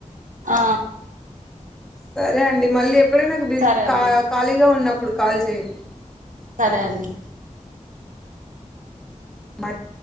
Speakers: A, on the right (about 80°); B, in the centre.
A: ఆ
B: సరే అండి మళ్ళీ ఎప్పుడే నాకు బిజీ
A: సరే అండి
B: ఖాళీగా ఉన్నప్పుడు కాల్ చేయండి.
A: సరే అండి
B: మట్